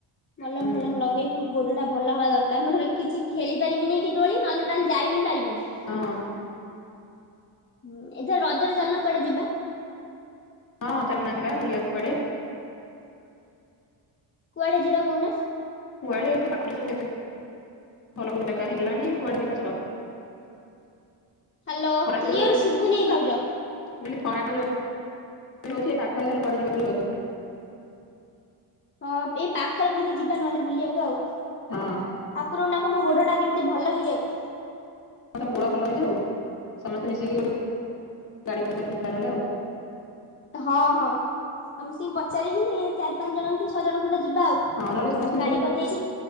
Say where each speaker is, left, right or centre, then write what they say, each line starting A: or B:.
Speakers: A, on the left; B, on the left.
A: ଭଲମ
B: ହୁଁ
A: ଭଲ ଲଗେଇମି ଗୋଡ଼ଟା ଭଲ ହବା ଦରକାର, ନହେଲେ କିଛି ଖେଳି ପାରିବିନି କି ଦୋଳି, ନହେଲେ ଟୋଟାଲ ଯାଇ ହିଁ ପାରିବିନି।
B: ହଁ ଅ
A: ହୁଁ, ଏଥରେ ରଜର ଚାଲୁନ କୁଆଡେ ଯିବା?
B: ହଁ, ଚାଲୁନ ଯିବା ବୁଲିବାକୁ କୁଆଡେ?
A: କୁଆଡେ ଯିବା କହୁନ?
B: କୁଆଡେ, ଏ ତ ପାଖରେ ସବୁ କେତେ ଭଲ ଭଲ ଜାଗା ହେଇଗଲାଣି, କୁଆଡେ ଯିବା ଚାଲ?
A: ହାଲୋ,
B: ଖରା ତ
A: କ୍ଲିଅର
B: ଜୋରେ
A: ଶୁବୁନେଇ ଭାଉଜ?
B: ମୁଁ କହିଲି ଖରା ତ <unintelligible> ବୁଲିବାକୁ?
A: ହଁ, ଏଇ ପାଖରେ କଉଠିକି ଯିବା ନହେଲେ ବୁଲିବାକୁ ଆଉ।
B: ହଁ।
A: ଠାକୁରଙ୍କୁ ଡାକ ମୋ ଗୋଡ ଟା କେମିତି ଭଲ ହେଇଯାଉ।
B: ହଁ ତମ ଗୋଡ଼ ଭଲ ହେଇଯାଉ, ସମସ୍ତେ ମିଶିକି ଗୋଟେ ଗାଡ଼ିଫାଡ଼ି କରିକି ଯିବା ନହେଲେ ଆଉ।
A: ହଁ ହଁ, ସମସ୍ତିଙ୍କି ପଚାରିକି ଚାରି ପାଞ୍ଚ ଜଣ କି ଛଅ ଜଣ ଖଣ୍ଡେ ଯିବା ଆଉ।
B: ହଁ ନହେଲେ ସମସ୍ତେ
A: ଗାଡି
B: ନିଜ,
A: କରିଦେଇକି